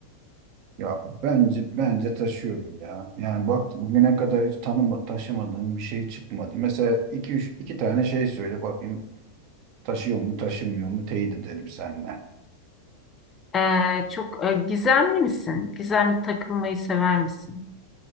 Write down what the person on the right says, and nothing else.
Ya bence bence taşıyorum ya. Yani bak bugüne kadar hiç tanıma, taşımadığım bir şey çıkmadı. Mesela iki üç iki tane şey söyle bakayım taşıyor mu taşımıyor mu teyit edelim seninle.